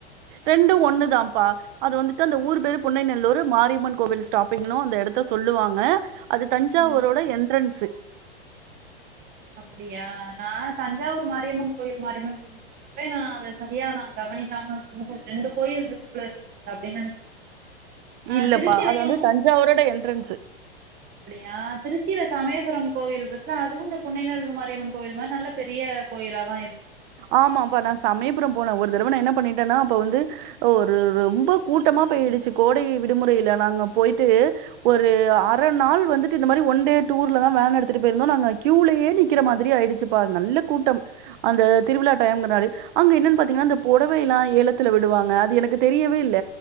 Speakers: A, on the right; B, on the right.
A: ரெண்டு ஒன்னுதாப்பா அது வந்துட்டு அந்த ஊர் பேரு புண்ணைநல்லூர் மாரியம்மன் கோவில் ஸ்டாப்பிங்னு அந்த எடத்த சொல்லுவாங்க அது தஞ்சாவூரோட
B: ம்
A: என்ட்ரன்ஸு
B: அப்டியா நா தஞ்சாவூர் மாரியம்மன் கோயில் மாரியம்மன் கோயில்னு சொல்றப்ப நா அத சரியா நா கவனிக்காம ரெண்டு கோயில் இருக்கு போல அப்டின்னு நெனச்சிட்டு இருந்தே ஆ
A: இல்லப்பா
B: திருச்சிலயு
A: அது வந்து தஞ்சாவூரோட எண்ட்ரன்ஸ்
B: யா திருச்சில சமயபுரம் கோவில் இருக்குல அதுவு இந்த புன்னைநல்லூர் மாரியம்மன் கோயில் மாரி நல்ல பெரிய கோயிலா தா இருக்
A: ஆமாப்பா நா சமயபுரம் போனே ஒரு தடவ நா என்ன பண்ணிட்டேன்னா அப்ப வந்து ஒரு ரொம்ப கூட்டமா போயிடுச்சு கோடை விடுமுறைல நாங்க போயிட்டு ஒரு அர நாள் வந்துட்டு இந்த மாதிரி ஒன் டே டூர்லதா வேன் எடுத்துட்டு போயிருந்தோம் நாங்க கியூலயே நிக்கிற மாரி ஆயிருச்சுப்பா அது நல்ல கூட்டம் அந்த திருவிழா டைம்கிறாரு அங்க என்னன்னு பாத்தீங்கன்னா இந்த பொடவ எல்லா ஏலத்துல விடுவாங்க அது எனக்கு தெரியவே இல்ல